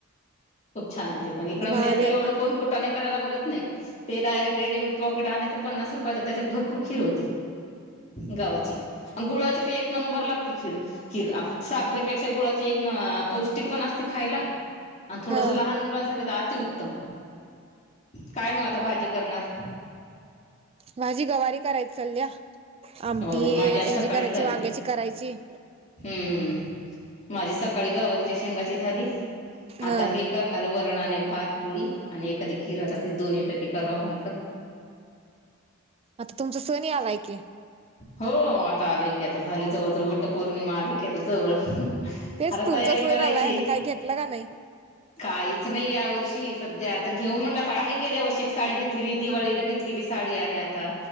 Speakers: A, on the left (about 35°); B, on the right (about 30°).
A: छान आहे ते पण इकंड म्हणजे
B: भारी
A: असं एवढं कोन कुटाने करायला बघत नाही. ते डायरेक्ट. रेडीमेड पॉकेट आणायच पन्नास रुपयाच त्याच्यात भरपूर खीर होती. गावाची गुळाची ते एक नंबर लागते. खीर-खीर आपली साखरेपेक्षा गुळाची एक. पौष्टिक पण असत खायला. आणि थोडस
B: हा
A: लहान मुलांसाठी अ. काय मग आता भाजी करणार.?
B: माझी गवारी करायची चलल्या. आमटी
A: होय माझी आज
B: हेजी
A: सकाळीच
B: करायची
A: झाली.
B: वांग्याची करायची.
A: हम्म माझी सकाळी गवारीच्या शेंगाची झाली.
B: हा
A: आता हे करणारे वरण. नाणे भात पुळी. आणि एखादी खीर ती दोन्ही पैकी करावं म्हंटलं.
B: आता तुमच सन आलाय की.
A: हो आता. आलय की. आता झाले जवळ जव वट्ट पौर्णिमा आले की आता जवळ.
B: तेच
A: आता
B: तुमचा
A: तयारी
B: सण
A: करायची.
B: आलाय आता काय घेतला का नाही
A: काही च नाही या वर्षी, सध्या आता घेऊ म्हटलं आ आहे गेल्या वर्षी एक साडी घेतलेली, दिवाळीला घेत लेली साडी आहे आता.